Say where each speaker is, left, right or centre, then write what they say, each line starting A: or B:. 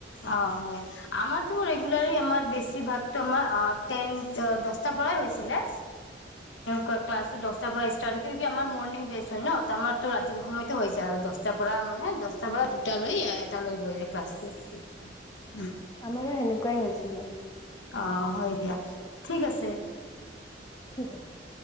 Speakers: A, on the left; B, on the left.
A: অ', হয় আমাৰটো ৰেগোলাৰি আমাৰ বেছিভাগটো আমাৰ তেন অ', দছটা পৰাই হৈছিলে ক্লাচটো দশটা পৰা ইস্টাট কিয়ুকি আমাৰ মৰ্নিং বেছ হয় ন আমাৰটো ৰাতিপুৱা সময়তো হৈ যায় আৰু দছটা পৰা মানে দছটা পৰা তেতিয়ালৈ এটালৈ হয় ক্লাচটো। <inaudible>
B: আমাৰো সেনেকুৱাই হৈছিলে।
A: অ', হয় দিয়া, ঠিক আছে।
B: ঠিক আছে,